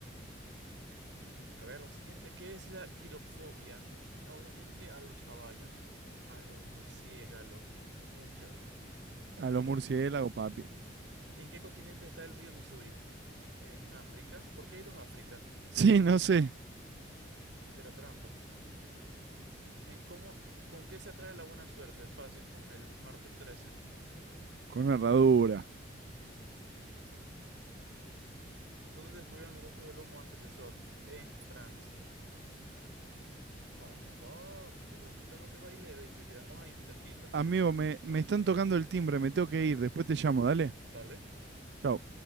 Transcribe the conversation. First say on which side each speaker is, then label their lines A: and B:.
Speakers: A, on the right; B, on the right.
A: A ver, la siguiente, ¿qué es la quiropfobia? Obviamente a los caballos, a los murciélagos, escúchalo.
B: A los
A: Co-
B: murciélagos, papi.
A: ¿En qué continente está el río Missouri? ¿En África? ¿Por qué hay dos África?
B: Sí, no sé.
A: Era trampa. ¿En cómo, con qué se atrae la buena suerte? Fácil, con el martes 13.
B: Con una herradura.
A: ¿Dónde descubrieron los restos del homo antecesor? En Francia, en España. Papi, de bromita no te baile y te quedamos ahí, cerquita.
B: Amigo, me, me están tocando el timbre, me tengo que
A: Ujú,
B: ir. Después te llamo, dale.
A: Dale.
B: Chao.